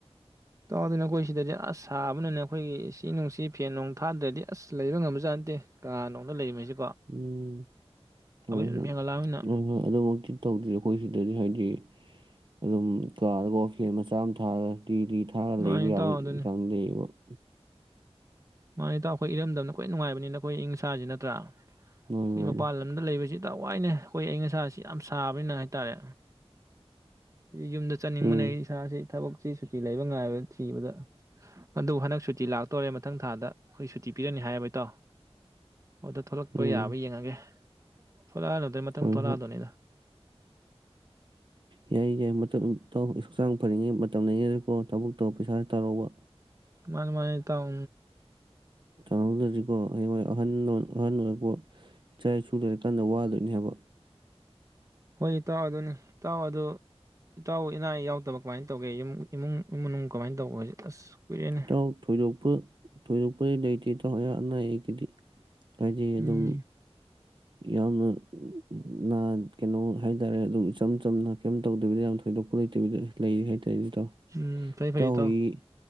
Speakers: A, on the right (about 30°); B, on the right (about 45°).
A: ꯇꯥꯎꯗꯅ ꯑꯩꯈꯣꯏ ꯁꯤꯗꯗꯤ ꯑꯁ ꯁꯥꯕꯅꯤꯅ ꯑꯩꯈꯣꯏꯒꯤ ꯏꯁꯤꯡ ꯅꯨꯡꯁꯤ ꯐꯦꯟ ꯅꯨꯡ ꯊꯥꯗ꯭ꯔꯗꯤ ꯑꯁ ꯂꯩꯕ ꯉꯝꯕꯖꯥꯠꯅꯠꯇꯦ ꯀꯥ ꯅꯨꯡꯗ ꯂꯩꯕꯁꯤ꯫
B: ꯎꯝ ꯍꯣꯏ
A: ꯑꯗꯨꯝ
B: ꯍꯣꯏ
A: ꯍꯦꯟꯒꯠꯂꯛꯑꯕꯅꯤꯅ
B: ꯍꯣꯏ ꯍꯣꯏ ꯑꯗꯨꯃꯛꯇꯤ ꯇꯧꯗ꯭ꯔꯤ ꯑꯩꯈꯣꯏ ꯁꯤꯗꯗꯤ ꯍꯥꯏꯗꯤ ꯑꯗꯨꯝ ꯀꯥꯔꯒꯣ ꯐꯦꯟ ꯃꯆꯥ ꯑꯃ ꯊꯥꯔꯒ ꯔꯤꯔꯤ ꯊꯥꯔꯒ
A: ꯃꯥꯅꯤ
B: ꯂꯩꯕ ꯌꯥꯕ
A: ꯏꯇꯥꯎ
B: ꯏꯟ
A: ꯑꯗꯨꯅꯤ
B: ꯆꯥꯡ ꯂꯩꯌꯦꯕ꯫ <inaudible>
A: ꯃꯥꯅꯤ ꯏꯇꯥꯎ ꯑꯩꯈꯣꯏ ꯏꯔꯝꯗꯝꯅꯈꯣꯏ ꯅꯨꯡꯉꯥꯏꯕꯅꯤꯅ ꯑꯩꯈꯣꯏ ꯏꯪꯥꯁꯤ ꯅꯠꯇ꯭ꯔꯥ꯫ ꯑꯩꯈꯣꯏ
B: ꯃꯥꯅꯤ ꯃꯥꯅꯤ
A: ꯃꯄꯥꯟ ꯂꯝꯗ ꯂꯩꯕꯁꯤ ꯌꯥꯝ ꯋꯥꯏꯅꯦ ꯑꯩꯈꯣꯏ ꯑꯏꯪ ꯑꯁꯥꯁꯤ ꯌꯥꯝ ꯁꯥꯕꯅꯤꯅ ꯍꯥꯏꯇꯥꯔꯦ꯫ ꯌꯨꯝꯗ ꯆꯠꯅꯤꯡꯕꯅꯦ
B: ꯎꯝ
A: ꯑꯩ ꯏꯁꯦ ꯊꯕꯛ ꯁꯤ ꯁꯨꯇꯤ ꯂꯩꯕ ꯉꯥꯏꯕ ꯊꯤꯕꯗ ꯑꯗꯨꯕꯨ ꯍꯟꯗꯛ ꯁꯨꯇꯤ ꯂꯥꯛꯇꯣꯔꯦ꯫ ꯃꯊꯪ ꯊꯥꯗ ꯑꯩꯈꯣꯏ ꯁꯨꯇꯤ ꯄꯤꯔꯅꯤ ꯍꯥꯏ ꯑꯦꯕ ꯏꯇꯥꯎ꯫ ꯑꯗꯣ ꯊꯣꯛꯂꯛꯄ
B: ꯎꯝ
A: ꯌꯥꯕ ꯌꯦꯡꯉꯒꯦ ꯊꯣꯛꯂꯛꯑꯅꯗꯩ ꯃꯊꯪ
B: ꯍꯣꯏ
A: ꯊꯣꯛꯂꯛ
B: ꯍꯣꯏ
A: ꯑꯗꯣꯏꯅꯤꯗ꯫
B: ꯌꯥꯏ ꯌꯥꯏ ꯏꯁꯥꯡ ꯐꯔꯤꯉꯩ ꯇꯧꯅ ꯔꯤꯉꯩꯗꯀꯣ ꯊꯕꯛꯇꯧ ꯄꯩꯁꯥꯁꯨ ꯇꯥꯜꯍꯩꯕ꯫
A: ꯃꯥꯅꯤ ꯃꯥꯅꯤ ꯏꯇꯥꯎ
B: <unintelligible> ꯍꯧꯖꯤꯛꯀꯣ ꯑꯩ ꯍꯣꯏ ꯑꯍꯟ ꯅꯣꯟ ꯑꯍꯟ ꯑꯣꯏꯔꯛꯄ ꯏꯆꯥ ꯏꯁꯨ ꯂꯩꯔ ꯀꯥꯟꯗ ꯋꯥꯗꯣꯏꯅꯦ ꯍꯥꯏꯕ
A: ꯍꯣꯏ ꯏꯇꯥꯎ ꯑꯗꯨꯅꯤ ꯏꯇꯥꯎ ꯑꯗꯨ ꯏꯇꯥꯎ ꯏꯅꯥ ꯌꯥꯎꯗꯕ ꯀꯃꯥꯏꯅ ꯇꯧꯒꯦ ꯏꯃꯨꯡ ꯏꯃ ꯃꯅꯨꯡ ꯀꯃꯥꯏꯅ ꯇꯧꯕ ꯍꯧꯖꯤꯛ ꯑꯁ ꯀꯨꯏꯔꯦꯅꯦ
B: ꯏꯇꯥꯎ ꯊꯣꯏꯗꯣꯛꯄ ꯊꯣꯏꯗꯣꯛꯄꯗꯤ ꯂꯩꯇꯦ ꯏꯇꯥꯎ ꯑꯅꯥ ꯑꯌꯦꯛꯒꯤꯗꯤ ꯍꯥꯏꯗꯤ
A: ꯎꯝ
B: ꯑꯗꯨꯝ ꯌꯥꯝꯅ ꯀꯩꯅꯣ ꯍꯥꯏꯇꯥꯔꯦ ꯑꯗꯨꯝ ꯏꯆꯝ ꯆꯝꯅ ꯀꯩꯝ ꯇꯧꯗꯕꯤꯗ ꯌꯥꯝ ꯊꯣꯏꯗꯣꯛꯄ ꯂꯩꯇꯕꯤꯗ ꯂꯩꯔꯤ ꯍꯥꯏꯇꯥꯔꯦ ꯏꯇꯥꯎ
A: ꯎꯝ ꯐꯩ ꯐꯩ ꯏꯇꯥꯎ
B: ꯍꯣꯏꯒꯤ